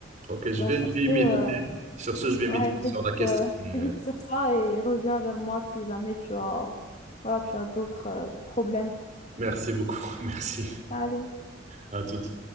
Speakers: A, on the right; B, on the left.
A: ok, je
B: Bah,
A: vais,
B: sur
A: je vais
B: ce,
A: méditer.
B: euh,
A: Sur ce, je vais
B: ouais,
A: méditer
B: médite,
A: sur la question.
B: euh, médite
A: Euh,
B: sur ça et reviens vers moi si jamais tu as, voilà, tu as d'autres, euh, problèmes.
A: Merci beaucoup, <laughs> merci
B: Allez.
A: à toutes.